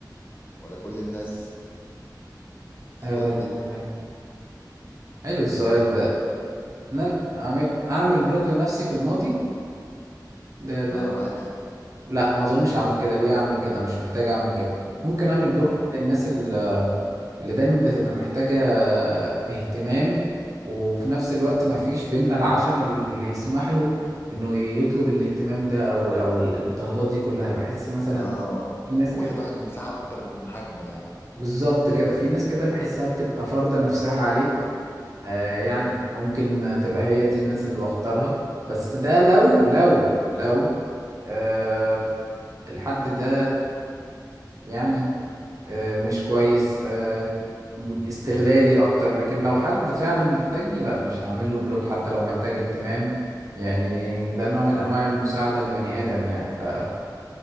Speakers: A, on the left (about 30°); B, on the right (about 50°).
A: ولا كل الناس اختار
B: آه،
A: كده
B: آه. حلو السؤال ده ن- أعمل أعمل بلوك لنفسي في الماضي ده
A: اه
B: ده
A: عادي
B: لا ما أظنش أعمل كده ليه أعمل كده مش محتاج أعمل كده ممكن أعمل بلوك
A: لا
B: للناس اللي اللي دايما بتبقى محتاجة اهتمام وفي نفس الوقت ما فيش بينا العشم ال- اللي يسمح له انه يطلب الاهتمام ده او او الطلبات دي كلها بحس مثلا
A: اه
B: في ناس
A: واخد
B: كده
A: واحد مساحه اكتر من حجمه يعني
B: بالظبط كده في ناس كده بحسها بتبقى فارضة نفسها عليك آه يعني ممكن تبقى هي دي الناس اللي بختارها بس ده لو لو لو آه الحد ده يعني آه مش كويس آه استغلالي اكتر لكن لو حد فعلا محتاجني لا مش هعمل له بلوك حتى لو محتاج اهتمام يعني ده نوع من انواع المساعدة البني ادم يعني فلو